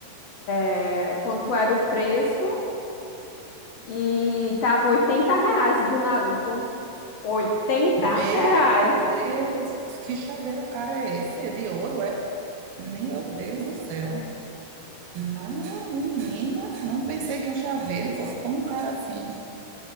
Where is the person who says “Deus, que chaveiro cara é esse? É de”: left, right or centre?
Right